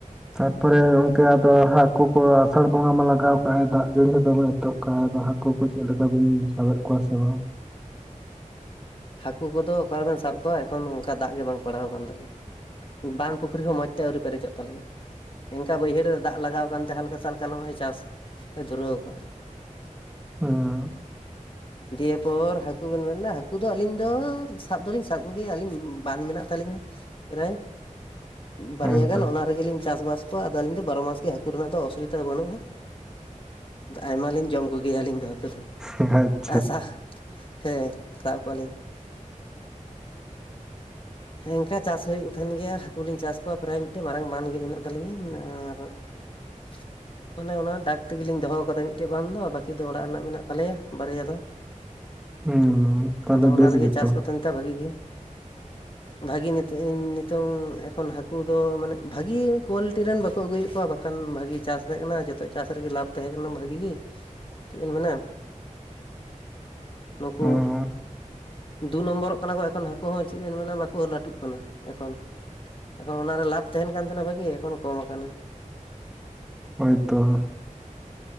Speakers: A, in the centre; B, on the left.
A: ᱛᱟᱨᱯᱚᱨᱮ ᱚᱱᱛᱮ ᱟᱫᱚ ᱦᱟᱹᱠᱩ ᱠᱚ ᱟᱥᱟᱲ ᱵᱚᱸᱜᱟ ᱢᱟ ᱞᱟᱜᱟᱣ ᱠᱟᱜ ᱫᱟᱜ ᱡᱟᱹᱲᱤ ᱫᱚᱢᱮ ᱛᱚᱠᱟ ᱫᱚ ᱦᱟᱠᱩ ᱠᱚ ᱪᱮᱫ ᱞᱮᱠᱟ ᱵᱤᱱ ᱥᱟᱵᱮᱫ ᱠᱚᱣᱟ ᱥᱮ ᱵᱟᱝ?
B: ᱦᱟᱹᱠᱩ ᱠᱚᱫᱚ ᱚᱠᱟ ᱨᱮᱵᱮᱱ ᱥᱟᱵ ᱠᱚᱣᱟ ᱚᱱᱠᱟ ᱫᱟᱜ ᱵᱟᱝ ᱯᱟᱲᱟᱣ ᱟᱠᱟᱱ ᱛᱟᱞᱮᱭᱟ ᱵᱟᱱ ᱯᱩᱠᱷᱨᱤ ᱦᱚᱸ ᱢᱚᱡᱽ ᱛᱮ ᱟᱹᱣᱨᱤ ᱯᱮᱨᱮᱡᱚᱜ ᱛᱟᱞᱮᱭᱟ ᱮᱱᱠᱟ ᱵᱟᱹᱭᱦᱟᱹᱲ ᱨᱮ ᱫᱟᱜ ᱞᱟᱜᱟᱣ ᱠᱟᱱᱛᱮ ᱦᱟᱞᱠᱟ ᱥᱟᱞᱠᱟ ᱱᱚᱜᱚᱭ ᱪᱟᱥ ᱞᱮ ᱫᱷᱩᱨᱟᱹᱣ ᱠᱟᱜ-ᱟ
A: ᱦᱩᱸ
B: ᱫᱤᱭᱮ ᱯᱚᱨ ᱦᱟᱹᱠᱩ ᱵᱮᱱ ᱢᱮᱱᱫᱟ ᱦᱟᱹᱠᱩ ᱫᱚ ᱟᱹᱞᱤᱧ ᱫᱚ ᱥᱟᱵ ᱫᱚᱞᱤᱧ ᱥᱟᱵ ᱠᱚᱜᱮᱭᱟ ᱟᱹᱞᱤᱧ ᱵᱟᱱ ᱢᱮᱱᱟᱜ ᱛᱟᱹᱞᱤᱧᱟ ᱨᱮ ᱵᱟᱨᱭᱟ
A: ᱮᱠᱫᱚᱢ
B: ᱜᱟᱱ ᱚᱱᱟ ᱨᱮᱜᱮᱞᱤᱧ ᱪᱟᱥᱵᱟᱥ ᱠᱚᱣᱟ ᱟᱫᱚ ᱟᱹᱞᱤᱧ ᱫᱚ ᱵᱟᱨᱚ ᱢᱟᱥ ᱜᱮ ᱦᱟᱹᱠᱩ ᱨᱮᱱᱟᱜ ᱫᱚ ᱚᱥᱩᱵᱤᱫᱟ ᱵᱟᱹᱱᱩᱜ-ᱟ ᱟᱭᱢᱟᱞᱤᱧ ᱡᱚᱢ ᱠᱚᱜᱮᱭᱟ ᱟᱹᱞᱤᱧ ᱫᱚ ᱦᱟᱹᱠᱩ ᱫᱚ
A: <unintelligible>
B: ᱟᱥᱟ ᱛᱮ ᱥᱟᱵᱠᱚᱣᱟ ᱞᱤᱧ ᱦᱮᱸ ᱚᱝᱠᱟ ᱪᱟᱥ ᱦᱩᱭᱩᱜ ᱠᱟᱱ ᱛᱟᱦᱮᱱ ᱜᱮᱭᱟ ᱦᱟᱹᱠᱩ ᱞᱤᱧ ᱪᱟᱥ ᱠᱚᱣᱟ ᱯᱨᱟᱭ ᱢᱤᱫᱴᱮᱱ ᱢᱟᱨᱟᱝ ᱵᱟᱱ ᱜᱮ ᱢᱮᱱᱟᱜ ᱛᱟᱹᱞᱤᱧᱟ ᱟᱨᱼᱼ <inaudible> ᱟᱱᱮ ᱚᱱᱟ ᱰᱟᱠ ᱛᱮᱜᱮᱞᱤᱧ ᱫᱚᱦᱚ ᱠᱟᱫᱟ ᱢᱤᱫᱴᱮᱱ ᱜᱟᱱ ᱫᱚ ᱵᱟᱠᱤ ᱫᱚ ᱚᱲᱟᱜ ᱨᱮᱱᱟᱜ ᱢᱮᱱᱟᱜ ᱛᱟᱞᱮᱭᱟ ᱵᱟᱨᱭᱟ ᱫᱚ᱾
A: ᱦᱩᱸ ᱛᱟᱦᱚᱞᱮ
B: ᱟᱫᱚ ᱚᱱᱟ
A: ᱵᱮᱥ
B: ᱨᱮᱜᱮ
A: ᱜᱮᱛᱚ
B: ᱪᱟᱥ ᱠᱚᱛᱮ <unintelligible> ᱵᱷᱟᱜᱤ ᱜᱮ᱾ ᱵᱷᱟᱜᱤ <unintelligible> ᱱᱤᱛᱚᱝ ᱮᱠᱷᱚᱱ ᱦᱟᱠᱩ ᱫᱚ ᱢᱟᱱᱮ ᱵᱷᱟᱜᱤ ᱠᱳᱣᱟᱞᱤᱴᱤ ᱨᱮᱱ ᱵᱟᱠᱚ ᱟᱹᱜᱩᱭᱮᱜ ᱠᱚᱣᱟ᱾ ᱠᱷᱟᱱ ᱵᱷᱟᱜᱤ ᱪᱟᱥ ᱛᱟᱦᱮᱸ ᱠᱟᱱᱟ ᱡᱚᱛᱚ ᱪᱟᱥ ᱨᱮᱜᱮ ᱞᱟᱵᱷ ᱛᱟᱦᱮᱸ ᱠᱟᱱᱟ ᱵᱷᱟᱜᱤ ᱜᱮ᱾ ᱪᱮᱫ ᱮᱢ ᱢᱮᱱᱟ ᱱᱩᱠᱩᱼᱼ
A: ᱦᱩᱸ
B: ᱫᱩ ᱱᱚᱢᱵᱚᱨᱚᱜ ᱠᱟᱱᱟ ᱠᱚ ᱮᱠᱷᱚᱱ ᱦᱟᱹᱠᱩ ᱦᱚᱸ ᱪᱮᱫ ᱵᱮᱱ ᱢᱮᱱᱟ ᱵᱟᱠᱚ ᱦᱚᱸ ᱞᱟᱹᱴᱩᱜ ᱠᱟᱱᱟ ᱮᱠᱷᱚᱱ᱾ ᱮᱠᱷᱚᱱ ᱚᱱᱟᱨᱮ ᱞᱟᱵᱷ ᱛᱟᱦᱮᱱ ᱠᱟᱱ ᱛᱟᱦᱮᱸᱱᱟ ᱵᱷᱟᱜᱤ ᱮᱠᱷᱚᱱ ᱠᱚᱢ ᱟᱠᱟᱱᱟ᱾
A: ᱦᱳᱭ ᱛᱚ᱾